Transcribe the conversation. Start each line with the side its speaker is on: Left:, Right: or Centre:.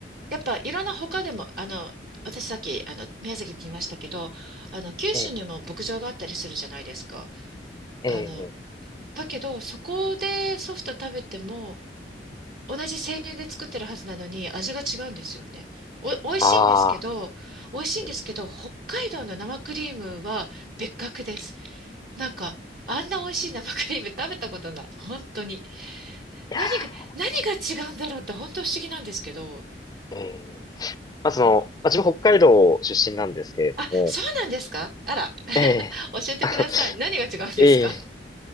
Right: やっぱいろんな他でも、あの、私さっき、あの、宮崎って言いましたけど、あの、九州にも牧場があったりするじゃないですか。
Left: ええ、
Right: あの、
Left: ええ、
Right: だけど、そこでソフト食べても、同じ生乳で作ってるはずなのに味が違うんですよね。お、美味しいんですけど、
Left: ああ
Right: 美味しいんですけど、
Left: ー、ええ、
Right: 北海道の生クリームは別格です。なんか、あんな美味しい生クリーム <laughs> 食べたことない。本当に。
Left: いやー、
Right: 何が、何が違うんだろうって本当不思議なんですけど、
Left: 確かに。ええ、
Right: ほ
Left: まあ、その、
Right: ほ
Left: まあ、自分北海道出身なんですけれども、
Right: あ、そうなんですかあら、<laughs>
Left: ええ、
Right: 教えてください。
Left: <laughs> あの
Right: 何が違うんですか
Left: ええ